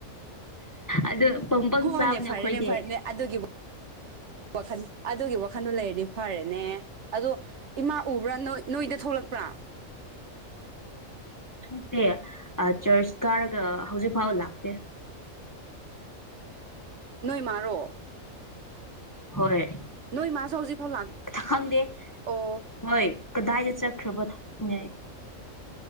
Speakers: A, on the left; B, on the right.
A: ꯑꯗꯨ ꯄꯪ ꯄꯪ
B: ꯍꯣꯏꯅꯦ
A: ꯆꯥꯕꯅꯦ
B: ꯐꯔꯦꯅꯦ
A: ꯑꯩꯈꯣꯏꯗꯤ
B: ꯐꯔꯦꯅꯦ ꯑꯗꯨꯒꯤ ꯋꯥꯈꯜ ꯑꯗꯨꯒꯤ ꯋꯥꯈꯟꯗꯣ ꯂꯩꯔꯅꯤ ꯐꯔꯦꯅꯦ ꯑꯗꯣ ꯏꯃꯥ ꯎꯕ꯭ꯔꯥ ꯅ ꯅꯣꯏꯗ ꯊꯣꯛꯂꯛꯄ꯭ꯔꯥ
A: ꯅꯠꯇꯦ ꯑ ꯆꯥ꯭ꯔꯖ ꯀꯥꯔꯒ ꯍꯧꯖꯤꯛ ꯐꯥꯎ ꯂꯥꯛꯇꯦ
B: ꯅꯣꯏ ꯃꯥꯔꯣ
A: ꯍꯣꯏ
B: ꯅꯣꯏꯃꯥꯁꯨ ꯍꯧꯖꯤꯛꯐꯥꯎ ꯂꯥꯛ
A: ꯈꯪꯗꯦ
B: ꯑꯣ
A: ꯍꯣꯏ ꯀꯗꯥꯏꯗ ꯆꯠꯈ꯭ꯔꯕ ꯈꯪꯗꯦ